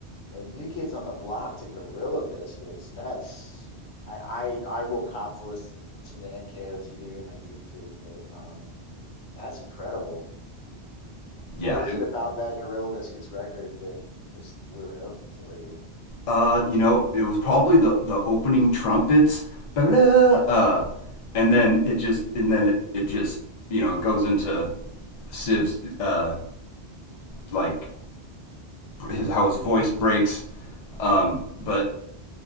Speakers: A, on the left; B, on the left.
A: Like New Kids on the Block to Gorilla Biscuits. That's I I I will cop to listen to NKOTB in my youth too, but um that's incredible.
B: Yeah,
A: What was it about that Gorilla Biscuits record that just blew it open for you?
B: uh, you know, it was probably the the opening trumpets, uh, and then it just and then it it just you know goes into Siv's uh like his how his voice breaks. Um, but